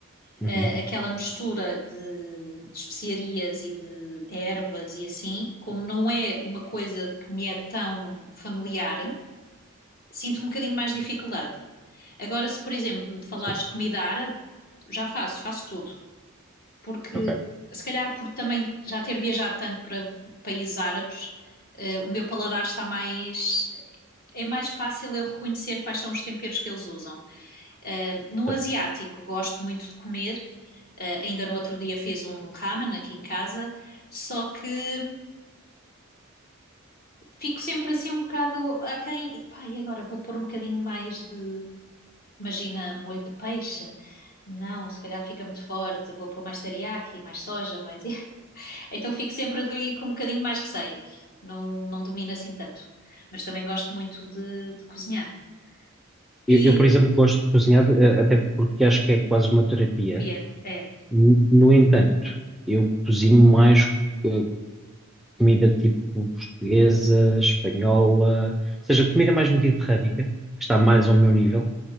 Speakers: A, in the centre; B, on the left (about 45°).
A: Uhum,
B: eh, aquela mistura de, de especiarias e de ervas e assim, como não é uma coisa que me é tão familiar, sinto um bocadinho mais dificuldade. Agora, se por exemplo me falares
A: sim,
B: de comida árabe, já faço, faço tudo. Porque,
A: ok,
B: se calhar, por também já ter viajado tanto para países árabes, eh, o meu paladar está mais. É mais fácil eu reconhecer quais são os temperos que eles usam. Eh, no
A: certo.
B: asiático, gosto muito de comer. Eh, ainda no outro dia fiz um ramen aqui em casa, só que fico sempre assim um bocado aquém. Pá, e agora vou pôr um bocadinho mais de Imagina molho de peixe. Não, se calhar fica muito forte, vou pôr mais teriyaki, mais soja, mais. <laughs> Então fico sempre ali com um bocadinho mais receio. Não, não domino assim tanto. Mas também gosto muito de, de cozinhar. E,
A: Eu, eu, por exemplo, gosto de cozinhar, eh, até porque acho que é quase uma terapia.
B: Pia, é.
A: N- No entanto, eu cozinho mais. eh, comida tipo portuguesa, espanhola, ou seja, comida mais mediterrânica, que está mais ao meu nível,